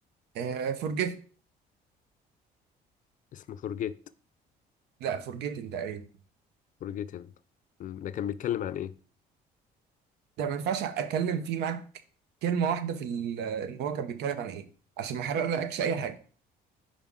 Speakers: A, on the right (about 75°); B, on the left (about 50°).
A: آه فورجيت
B: اسمه فورجيت
A: لا فورجيتن تقريبا
B: فورجيتن ده كان بيتكلم عن إيه؟
A: ده ما ينفعش اتكلم فيه معاك كلمه واحده في ال- ان هو كان بيتكلم عن ايه عشان ما احرقلكش اي حاجه